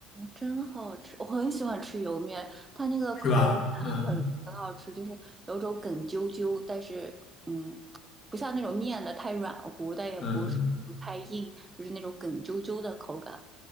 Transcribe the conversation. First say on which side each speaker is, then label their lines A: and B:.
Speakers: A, on the right; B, on the left.
A: 真好吃！我很喜欢吃油面，它那个口感很很好吃，
B: 是吧？嗯
A: 就是有种梗啾啾，但是嗯，不像那种面的太软乎，但也不是不太硬，
B: 嗯，
A: 就是那种梗啾啾的口感。